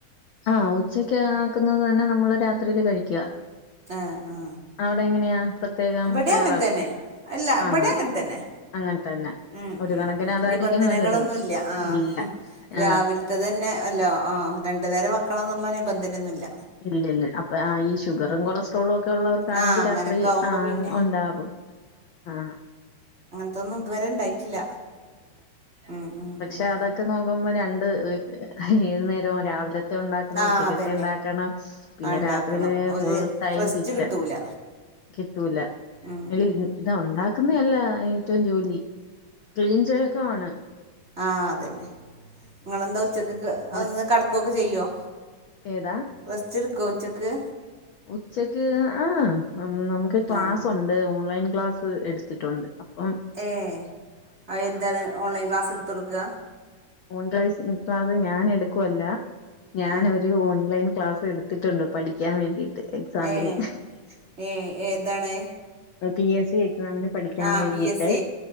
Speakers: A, on the left; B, on the right.
A: ആ ഉച്ചക്ക് ആക്കുന്നത് തന്നെ നമ്മള് രാത്രില് കഴിക്ക
B: ആ ആ
A: അവടെ എങ്ങനെയാ പ്രത്യേകം
B: ഇവിടെ
A: തയ്യാറാക്
B: അങ്ങനെ തന്നെ അല്ല ഇവിടെ
A: ആന്നാ
B: അങ്ങനെ തന്നെ
A: അങ്ങനെ തന്നെ
B: ഉം
A: ഒരു
B: ഉം
A: കണക്കിന് അതായിരിക്കും
B: നിബന്ധനകളൊന്നുല്ല
A: നല്ലത്
B: ആ
A: ഇല്ല
B: രാവിൽത്തെതന്നെ
A: ആ
B: അല്ലോ ആ ആ രണ്ടു നേരം വെക്കണന്ന്ള്ള നിബന്ധനൊന്നുല്ല
A: ഇല്ല ഇല്ല അപ്പൊ ആ ഈ ഷുഗറും കൊളസ്ട്രോളും ഒക്കെ ഒപ്പോള്ളോർക്കാണെങ്കി
B: ആഹ് അങ്ങനൊക്കെ
A: രാത്രി
B: ആവുമ്പോ
A: ആ
B: പിന്നെ
A: ഉണ്ടാവും ആ
B: ഇതൊന്നും ത് വരെ ണ്ടായിട്ടില്ല ഉം ഉം
A: പക്ഷേ
B: ഉം
A: അതൊക്കെ നോക്കുമ്പോൾ രണ്ട് ഏത് നേരേം രാവിലത് തെ ഉണ്ടാക്കണം
B: ആഹ്
A: ഉച്ചക്കത്തെ
B: അതന്നെ
A: ഉണ്ടാക്കണം പിന്നെ
B: ആഹ് ഇണ്ടാക്കണം
A: രാത്രിയില്
B: ഒരു
A: ഫുൾ ടൈം
B: റെസ്റ്റ്
A: കിച്ചൺ
B: കിട്ടൂല
A: കിട്ടൂല
B: ഉം
A: എൽ
B: ഉം ഉം
A: ഇത ഉണ്ടാക്ക ഇന്ന അല്ല ഏറ്റവും ജോലി ക്ലീൻച യ്യോക്കെയാണ്
B: ആ അതന്നെ നിങ്ങെന്താ ഉച്ചക്ക്
A: ഒ
B: ഒന്ന് കടകൊക്കെ ചെയ്യോ
A: ഏതാ
B: റെസ്റ്റ് എടുക്കോ ഉച്ചക്ക്
A: ഉച്ചക്ക് ആ ആ നമുക്ക് ക്ലാസ്സുണ്ട്
B: ആഹ്
A: ഓൺലൈൻ ക്ലാസ്സ് എടുത്തിട്ടുണ്ട് അപ്പം
B: ഏ അത് എന്താണ് ഓൺലൈൻ ക്ലാസ്സ് എടുത്ത് കൊട്കാ
A: ഓൺ ഗ്ലയ്സ് ഇപ്പത് ഞാൻ എടുക്കുവല്ല ഞാനൊരു
B: ആഹ്
A: ഓൺലൈൻ ക്ലാസ് എടുത്തിട്ടുണ്ട് പഠിക്കാൻ വേണ്ടിട്ട് എക്സാമിന്
B: ഏഹ് ഏഹ് ഏതാണ്
A: പി എസ് സി എക് സാമിന് പഠിക്കാൻ
B: ആഹ്
A: വേണ്ടിട്ട്
B: പി എസ് സി